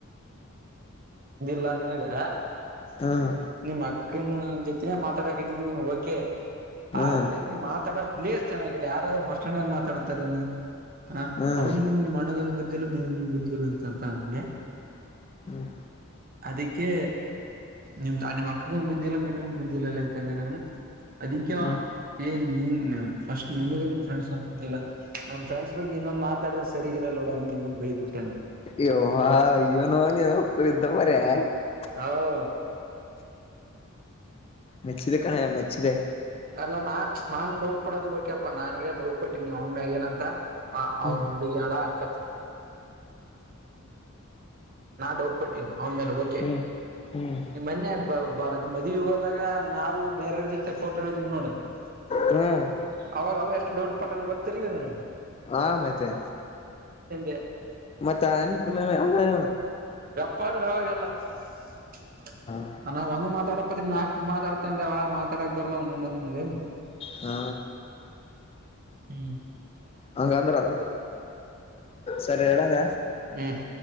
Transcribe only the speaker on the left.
ಹ್ಮ್
ಹ್ಮ್
ಹ್ಮ್
ಹ್ಮ್ಮ್.
ಹ್ಮ್
ಯವ್ವ ಏನೋ <unintelligible>
ಮೆಚ್ಚಿದೆ ಕಣಯ್ಯ ಮೆಚ್ಚಿದೆ.
ಹ್ಮ್
ಹ್ಮ್ ಹ್ಮ್
ಹ್ಮ್
ಹ ಮತ್ತೆ
<unintelligible>
ಹ
ಹಾ.
ಹಂಗಂದ್ರಂತ್. ಸರಿ, ಇಡದ.